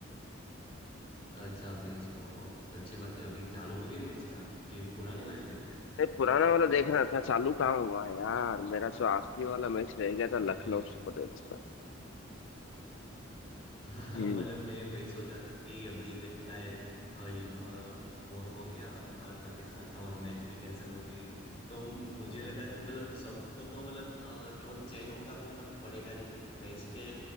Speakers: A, on the left (about 30°); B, on the left (about 70°).
A: अच्छा मैच वो हो अच्छी बात है अभी चालू हो गई मैच का कि पुरानी वाली देख रहे थे
B: नहीं पुराना वाला देख रहा था चालू कहाँ हुआ है यार मेरा तो आखिरी वाला मैच रह गया था
A: हाँ,
B: लखनऊ
A: वही
B: सुपर जयंट्स का
A: हाँ,
B: हम्म
A: मतलब मैं वही सोच रहा था कि अभी ये देखो ना ये अ, ये, अ, वॉर हो गया भारत पाकिस्तान का और मैच भी कैंसिल हो गई तो म- मुझे लगा कि मतलब सबको तो मतलब अ, जो चैन होगा वो मतलब पड़ेगा नहीं क्योंकि मैच के